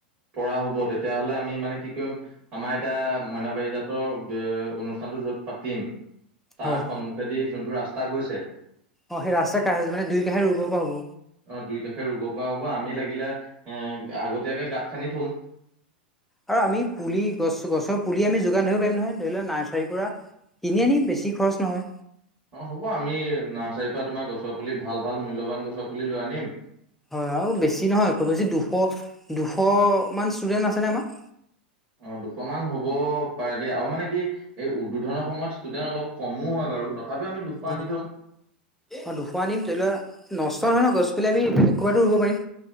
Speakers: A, on the right (about 30°); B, in the centre.
A: পৰা হ'ব। তেতিয়াহ'লে আমি মানে কি কৰিম, আমাৰ এতিয়া মইনা পাৰিজাতৰ- এ অনুষ্ঠানটো য'ত পাতিম, তাৰ
B: হয়
A: সন্মুখেদি যোনটো ৰাস্তা গৈছে
B: অ' সেই ৰাস্তা কাষে মানে দুইকাষে ৰুব পৰা হ'ব
A: অ' দুইকাষে ৰুব পৰা হ'ব আমি লাগিলে এ আগতীয়াকে গাঁত খান্দি থম
B: আৰু আমি পুলি গছ গছৰ পুলি আমি যোগান ধৰিব পাৰিম নহয় ধৰি লোৱা নাৰ্চাৰীৰ পৰা কিনি আনিম বেছি খৰচ নহয়
A: অ', হ'ব আমি নাৰ্চাৰীৰ পৰা তোমাৰ গছৰ পুলি ভাল ভাল মূল্যবান গছৰ পুলি লৈ আনিম!
B: হয় আৰু বেছি নহয় খুব বেছি দুশ, দুশ মান ষ্টুডেন্ট আছেনে আমাৰ
A: অ' দুশমান হ'ব পাৰে দেই আৰু মানে কি এই উদ্বোধনৰ সময়ত ষ্টুডেন্ট অলপ কমো হয় বাৰু তথাপিও আমি দুশ
B: অ
A: আনি থম
B: অ' দুশ আনিম ধৰি লোৱা নষ্ট নহয় ন গছ পুলি আমি ক'ৰবাতো ৰুব পাৰিম